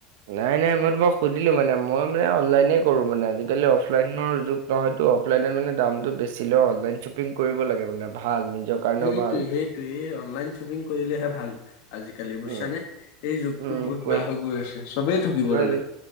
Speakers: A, on the right (about 75°); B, on the left (about 65°).
A: নাই নাই মই তোমাক সুধিলো মানে মই মানে অনলাইনে কৰো মানে আজিকালি অফলাইনৰ যুগ নহয়। অফলাইনত মানে দামতটো বেছি ল অনলাইন শ্বপিং কৰিব লাগে মানে ভাল নিজৰ কাৰণেও
B: সেইটোৱে
A: ভাল।
B: সেইটোৱেই অনলাইন শ্বপিং কৰিলেহে ভাল আজিকালি বুজিছানে
A: উম,
B: এই যুগটো
A: উম,
B: বহুত
A: কোৱেল
B: বেয়া হৈ গৈ আছে চবেই ঠগিব
A: কোৱেলিটি
B: ললে